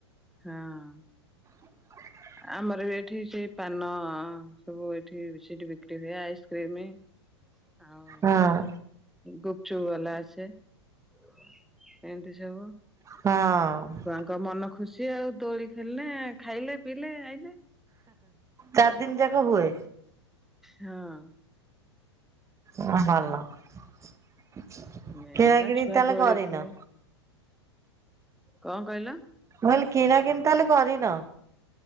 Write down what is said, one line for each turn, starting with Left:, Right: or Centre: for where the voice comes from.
Centre: ହଁ
Right: <inaudible>
Centre: ଆମର ବି ଏଠି ସେଇ ପାନ ସବୁ ଏଠି ସେଠି ବିକ୍ରି ହୁଏ ଆଇସ୍କ୍ରିମ। ହଉ।
Right: ହଁ
Centre: ଗୁପଚୁପ ବାଲା ଆସେ ଏମିତି ସବୁ।
Right: ହଁ
Centre: ତ ମନ ଖୁସି ଆଉ ଦୋଳି ଖେଳିଲେ, ଖାଇଲେ ପିଇଲେ, ଆଇଲେ।
Right: ଚାରି ଦିନ ଯାକ ହୁଏ।
Centre: ହଁ
Right: ଓ ଭଲ କିଣା
Centre: ମେନ୍ ହେଲା
Right: କିଣି
Centre: ଛୁଆ
Right: ତାହେଲେ
Centre: ଦୋଳି
Right: କରିନ
Centre: ଖେଳିବେ କଣ କହିଲ?
Right: ମୁଁ କହିଲି କିଣା କିଣିି ତାହେଲେ କରିନ